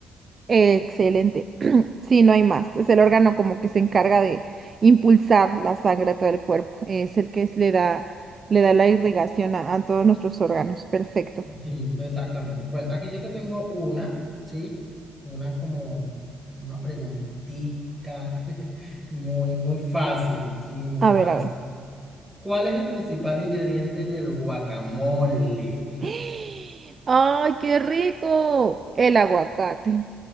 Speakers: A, on the right; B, in the centre.
A: excelente. <clears throat> Sí, no hay más. Es el órgano como que se encarga de impulsar la sangre a todo el cuerpo. Es el que es- le da, le da la irrigación a, a todos nuestros órganos. Perfecto.
B: Sí, exactamente. Bueno, aquí yo te tengo una, ¿sí? Una como una preguntita <laughs> muy, muy fácil, ¿sí? Muy
A: A
B: fácil.
A: ver, a ver.
B: ¿Cuál es el principal ingrediente del guacamole?
A: <gasps> ¡Ay, qué rico! El aguacate.